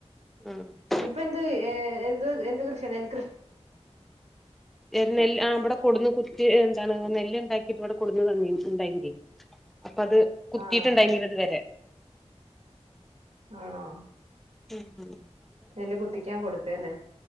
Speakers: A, in the centre; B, on the right.
A: ആഹ്
B: ഇപ്പൊ എന്തല്ലേ ഏഹ് എന്തു എന്ത് കൃഷി നെൽ
A: ഏത് നെല്ല് ആ ബടെ കൊടന്ന് കുത്തി എന്താണ് നെല്ല് ഉണ്ടാക്കിട്ട് ഇവിടെ കൊടുന്ന് തന്നിനു ഉണ്ടായൻ്റെ അപ്പ അത് കുത്തീട്ടുണ്ടായിരുന്നില്ല
B: ആഹ്
A: ഇതുവരെ
B: ആണോ
A: ഉം ഉം
B: നെല്ല് കുത്തിക്കാൻ കൊടുത്തല്ലേ